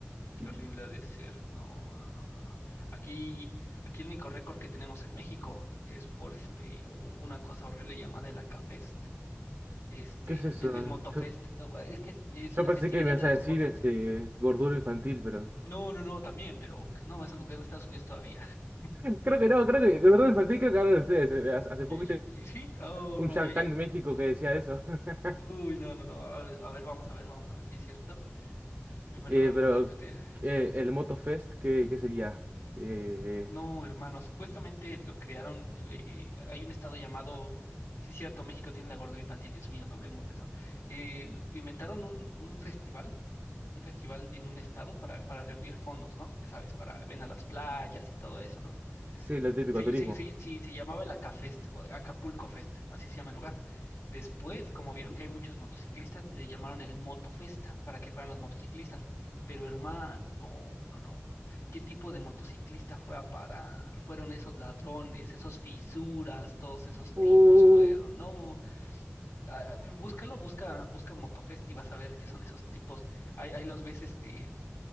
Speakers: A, on the left (about 85°); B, on the right (about 40°).
A: qué
B: Sí.
A: horrible ha de ser. No, no, no, no, no. Aquí, aquí el único récord que tenemos en México es por este u- una cosa horrible llamada el Acafest. Este,
B: ¿Qué es eso?
A: el, el Motofest,
B: Yo,
A: uh, es que es
B: yo
A: la
B: pensé
A: festividad
B: que me ibas
A: de las
B: a decir
A: motos.
B: este gordura infantil, pero.
A: No, no, no, también, pero que- no, eso nos gana Estados Unidos todavía. <laughs>
B: <laughs> Creo que no, creo que gordura infantil creo que hablan ustedes. Eh, Hace, hace poquito
A: Ye- ye- ye- ¿Sí? Oh,
B: un
A: no,
B: Shark
A: ya, ya.
B: Tank México que decía eso. <laughs>
A: Uy, no, no, no. A, ver, a ver, vamos a ver, vamos a ver si es cierto. Primer
B: Eh,
A: lugar,
B: pero
A: Gordon FT.
B: eh, el Moto Fest, ¿qué, qué sería? Eh,
A: No, hermano, supuestamente lo crearon. eh, hay un estado llamado. Sí, cierto, México tiene la gordura infantil, Dios mío, no hablemos de eso. Eh, lo- inventaron un, un festival, un festival en un estado para, para reunir fondos, ¿no? Ya sabes, para ven a las playas y todo eso, ¿no?
B: sí, lo típico,
A: Se,
B: turismo.
A: se, se- sí, se llamaba el Acafest, o Acapulco Fest, así se llama el lugar. Después, como vieron que hay muchos motociclistas, le llamaron el Motofest para que fueran los motociclistas. Pero hermano, no, no, no. ¿Qué tipo de motociclista fue a parar? Fueron esos ladrones, esos fisuras, todos esos tipos
B: Uh,
A: fueron. No, ah, búscalo, busca, busca Motofest y vas a ver que son esos tipos. Ahí, ahí los ves, este